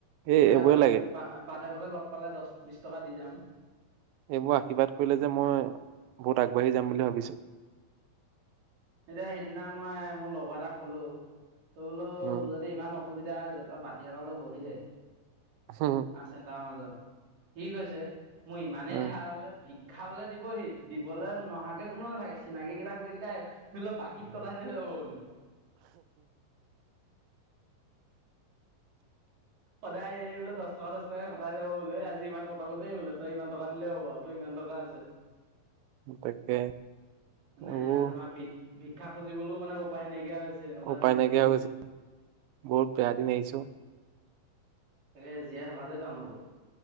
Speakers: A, on the right; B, on the right.
A: কেতিয়াবা
B: এই এইবোৰে
A: বাটে
B: লাগে
A: বাটে পথে লগ পালে দহ বিছ টকা দি যাম।
B: এইবোৰ আশীৰ্বাদ কৰিলে যে মই বহুত আগবাঢ়ি যাম বুলি ভাবিছোঁ।
A: এতিয়া সিদিনা মই মোৰ লগৰ এটাক ক'লো তই বোলো
B: উম
A: যদি ইমান অস অসুবিধা হৈছে তই বাতি এটালৈ বহি দে।
B: উম।
A: আৰ চেণ্টাৰৰ মাজত। সি কৈছে মোৰ ইমানেই
B: উম
A: ধাৰ বোলে ভিক ক্ষা বোলে দিবহি, দিবলৈ নহাকে কোনো নাথাকে। চিনাকি কেইটা গোটেই কেইটাই আহিব। বাকীত কটাই লৈ যাব বোলে। সদায় আহি আহি এই বোলে দহ টকা, দহ টকা কটাই যাব বোলে, আজি ইমান কটালো বোলে। তই ইমান টকা দিলেই হ'ব, তোৰ ইমান টকা আছে।
B: উম তাকে
A: মানে
B: এইবোৰ
A: তোমাৰ ভিক- ভিক্ষা খুজিবলৈও মানে উপায় নাইকিয়া হৈছে। এনেকুৱা
B: উপায়
A: দিনে
B: নাইকিয়া
A: আহিছে
B: হৈ
A: মানুহৰ,
B: গৈছে বহুত বেয়া
A: তাকে।
B: দিন আহিছো
A: তাকে জীয়াই থকাটোয়ে টান হ'ব,